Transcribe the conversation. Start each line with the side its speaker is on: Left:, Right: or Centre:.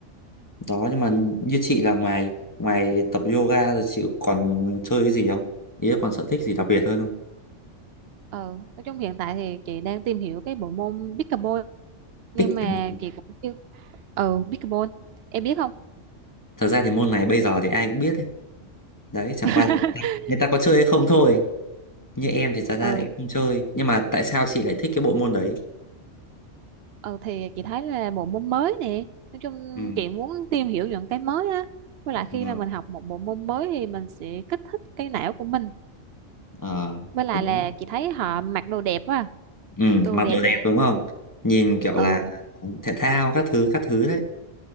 Left: đó nhưng mà
Right: ừ.
Left: như chị là ngoài ngoài tập yoga rồi chị còn chơi cái gì không ý là còn sở thích gì đặc biệt hơn không
Right: ờ nói chung hiện tại thì chị đang tìm hiểu cái bộ môn pickleball nhưng
Left: pick
Right: mà
Left: cái môn.
Right: chị cũng chưa ừ pickleball em biết không
Left: Thật ra thì môn này bây giờ thì ai cũng biết đấy. Đấy, chẳng
Right: <laughs>
Left: qua là người ta người ta có chơi hay không thôi. Như em thì thật ra
Right: ừ
Left: lại không chơi. Nhưng mà tại sao chị lại thích cái bộ môn đấy?
Right: ừ thì chị thấy là bộ môn mới nè nói chung
Left: Ừ.
Right: chị muốn tìm hiểu những cái mới á với lại khi
Left: Ừ.
Right: mà mình học một bộ môn mới thì mình sẽ kích thích cái não của mình
Left: Ờ,
Right: với lại
Left: đấy.
Right: là chị thấy họ mặc đồ đẹp á
Left: Ừ,
Right: đồ
Left: mặc
Right: đẹp
Left: đồ
Right: nè
Left: đẹp đúng không? Nhìn kiểu là
Right: ừ
Left: thể thao các thứ các thứ đấy.